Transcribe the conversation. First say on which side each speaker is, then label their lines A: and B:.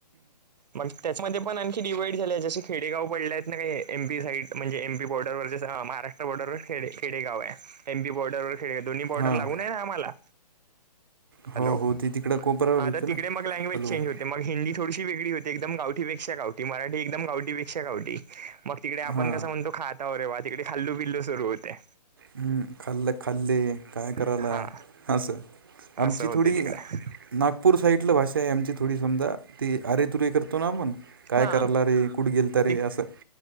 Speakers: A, on the right; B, on the right.
A: मग त्याच्यामध्ये पण आणखी डिवाइड झाले आहे, जसे खेडेगाव पडले आहेत ना, काही एमपी साईड म्हणजे एमपी बॉर्डरवर हा महाराष्ट्र बॉर्डरवर खेडे खेडेगाव हाय, एम बि बॉर्डरवर खेडे दोन्ही बॉर्डर
B: हां
A: लागून आहे हा आम्हाला
B: हो
A: हॅलो
B: हो ते तिकडं कोपऱ्यावर
A: हा आता
B: येतं
A: तिकडे
B: ना
A: मग लँग्वेज चेंज होते. मग हिंदी थोडीशी वेगळी होती, एकदम गावठीपेक्षा गावठी, मराठी एकदम गावठीपेक्षा गावटी म तिकडे आपण
B: हा
A: कसं म्हणतो, खातावर रेवा तिकडे खाल्लू बिल्लू सुरू होतय.
B: हम् खाल्ल खाल्ले काय करायला?
A: हा
B: आसं आमची
A: असं होते
B: थोडी
A: तिकडे
B: नागपूर साईडला भाषा आहे आमची थोडी समजा ती अरे तुरे करतो ना, आपण काय
A: हा
B: करायला? रे कुठे गेलता रे
A: ते
B: असं.